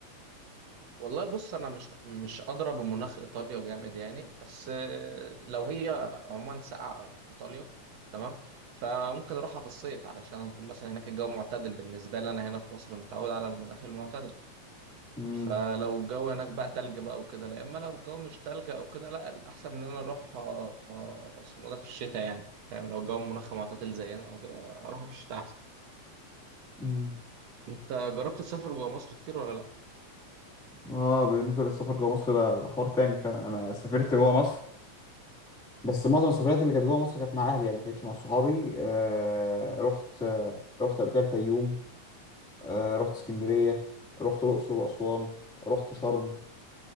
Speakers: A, on the right (about 65°); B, in the centre.
A: والله بص انا مش مش ادرى بمناخ ايطاليا جامد يعني بس آه، لو هي عموما ساقعه ايطاليا تمام فممكن اروحها في الصيف علشان هيكون مثلا هناك الجو معتدل بالنسبه لي انا هنا في مصر متعود على المناخ المعتدل
B: امم
A: فلو الجو هناك بقى تلج بقى وكده لا اما لو الجو مش تلج او كده لا الاحسن ان انا اروح آه، آه، اسمه ده في الشتاء يعني فاهم لو الجو منخم معتدل زينا او كده اروح في الشتاء احسن
B: امم
A: انت جربت تسافر جوه مصر كتير ولا لا
B: اه بالنسبه للسفر جوه مصر ده ده حوار تاني فعلا انا سافرت جوه مصر بس معظم السفريات اللي كانت جوه مصر كانت مع اهلي يعني ما كانتش مع صحابي آه رحت آه رحت قبل كده الفيوم آه رحت اسكندريه رحت الاقصر واسوان رحت شرم